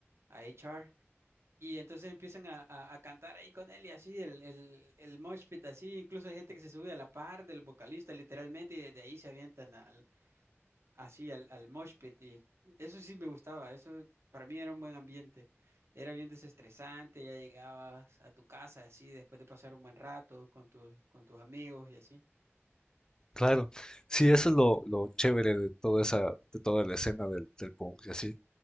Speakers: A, on the right; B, on the left.
A: a HR. Y entonces empiezan a, a- a cantar ahí con él y así, el, el, el mosh pit así, incluso hay gente que se sube a la par del vocalista literalmente y desde ahí se avientan a, así al, al mosh pit y eso sí me gustaba, eso para mí era un buen ambiente, era bien desestresante, ya llegabas a tu casa así después de pasar un buen rato con tus con tus amigos y así.
B: Claro, sí, eso es lo, lo chévere de toda esa, de toda la escena del, del punk y así.